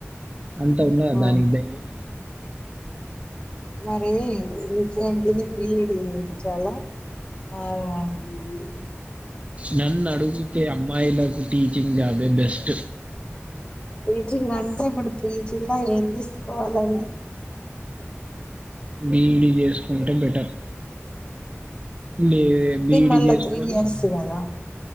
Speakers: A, on the right; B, on the left.
A: అంత ఉన్నదా
B: ఆ
A: దానికి ధైర్యం
B: మరి ఇంకేంటిది బిఈడి చేయలా ఆ మ్మ్
A: నన్ను అడుగుతే అమ్మాయిలకు టీచింగ్ జాబ్బే బెస్ట్
B: టీచింగ్ అంటే ఇప్పుడు పీజీలా ఏం తీసుకోవాలండి
A: బీఈడి చేసుకుంటే బెటర్ లే బీఈడి
B: మళ్ళా
A: చేసుకొని
B: త్రీ ఇయర్స్ కదా